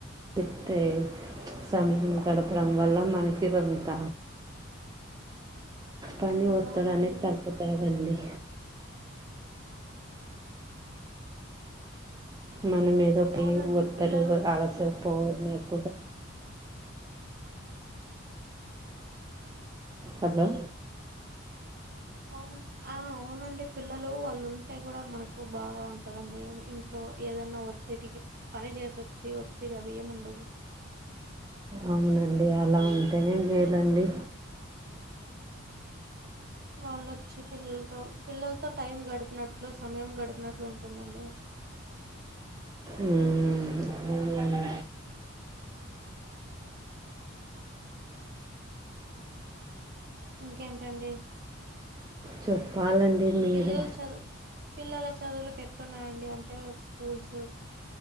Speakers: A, on the right (about 20°); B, on the right (about 50°).
A: చెట్టే సమయం గడపడం వల్ల మనకి కొంత పని
B: ఉమ్
A: ఒత్తిడి
B: అవునండి
A: అనేది తాగుతాది అండి మనం ఏదో పేగు
B: అవునండి
A: కోత్తరు
B: పిల్లలు ఉన్-
A: అలస పోవడం కూడా హలో
B: అవునండి ఆ అవును అండి పిల్లలు వాళ్ళు ఉంటే కూడా మనకు బాగా ఉంటది అండి ఇంట్లో ఏదైనా తిటికి పని చేసొచ్చి వచ్చి ఒత్తిడి అవి ఏం ఉండవు
A: అవును అండి అలా ఉంటేనే మేలు అండి
B: వాళ్ళొచ్చి పిల్లలతో పిల్లలతో టైం గడిపినట్లు సమయం గడిపినట్లు ఉంటుంది అండి
A: ఉహుబల్ల
B: ఇంకేంటండి
A: చెప్పాలండి మీరే
B: పిల్లలు చదువు పిల్లల చదువులకు ఎట్ల ఉన్నాయండి అంటే స్కూల్స్